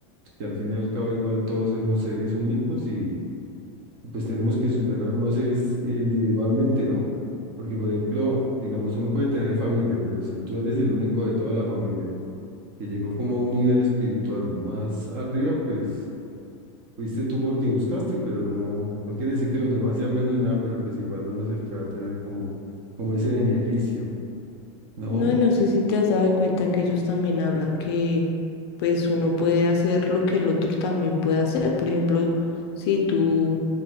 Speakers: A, on the right; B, on the left.
A: que al fin y al cabo igual todos somos seres únicos y pues tenemos que superarnos es eh, individualmente, ¿no? Porque por ejemplo, digamos, uno puede tener familia, pero si tú eres el único de toda la familia que llegó como a un nivel espiritual más arriba, pues fuiste tú porque buscaste, pero no, no quiere decir que los demás sean menos ni nada, pero pues igual uno es el que va a tener como, como ese beneficio, ¿no?
B: No, y no sé si te has dado cuenta que ellos también hablan que pues uno puede hacer lo que el otro también puede hacer. Por ejemplo, si tú,